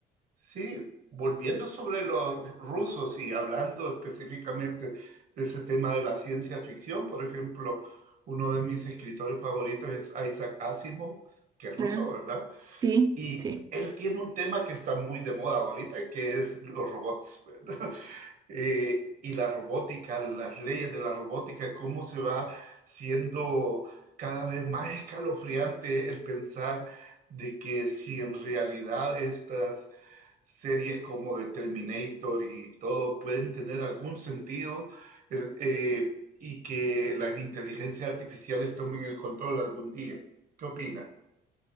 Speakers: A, on the right; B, on the right.
A: Sí, volviendo sobre los rusos y hablando específicamente de ese tema de la ciencia ficción, por ejemplo, uno de mis escritores favoritos es Isaac Asimov, que es ruso,
B: Ah,
A: ¿verdad?
B: Sí,
A: Y
B: sí.
A: él tiene un tema que está muy de moda ahorita, que es los robots, ¿verdad? <laughs> Eh, y la robótica, las leyes de la robótica, cómo se va siendo cada vez más escalofriante el pensar de que si en realidad estas series como The Terminator y todo pueden tener algún sentido eh, eh, y que las inteligencias artificiales tomen el control algún día. ¿Qué opina?